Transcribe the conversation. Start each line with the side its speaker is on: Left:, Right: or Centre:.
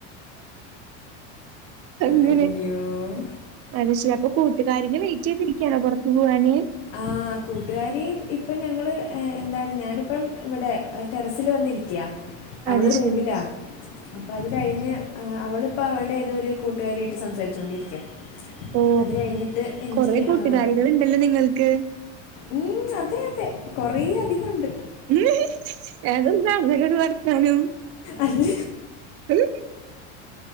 Right: അങ്ങനെ
Left: അയ്യോ
Right: അത് ശരി അപ്പൊ കൂട്ടുകാരിനെ വെയിറ്റെയ്തിരിക്കണോ പുറത്തു പോവാന്
Left: ആഹ് കൂട്ടുകാരി ഇപ്പം ഞങ്ങള് എന്താണ് ഞാനിപ്പം ഇവിടെ ടെറസിൽ വന്നിരിക്കയാ അവള്
Right: അത്
Left: റൂമിലാ
Right: ശരി
Left: അപ്പ അത് കഴിഞ്ഞ് അവളിപ്പോ അവളടെ ഏതോ ഒരു കൂട്ടുകാരിയായിട്ട് സംസാരിച്ചോണ്ടിരിക്കാ
Right: ഓ
Left: അത് കഴിഞ്ഞിട്ട് എനിക്ക്
Right: കൊറേ കൂട്ടുകാരികൾ
Left: ആഹ്
Right: ഉണ്ടല്ലോ നിങ്ങൾക്ക്
Left: ഉം അതെ അതെ കൊറേ അധികം ഉണ്ട്
Right: ഉന്ന് അതെന്താ അങ്ങനൊരു വർത്താനം
Left: അല്ല
Right: ഉം